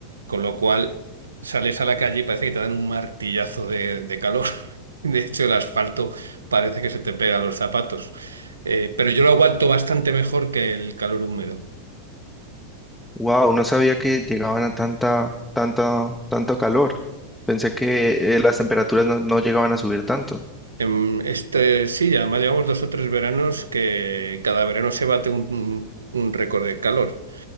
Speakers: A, on the right; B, in the centre.
A: con lo cual sales a la calle y parece que te dan un martillazo de, de calor. <laughs> De hecho, el asfalto parece que se te pega a los zapatos, Eh, pero yo lo aguanto bastante mejor que el calor húmedo.
B: Wow, no sabía que llegaban a tanta, tanta, tanto calor. Pensé que eh, las temperaturas no no llegaban a subir tanto.
A: Em, Este, sí, además llevamos dos o tres veranos que cada verano se bate un, un récord de calor.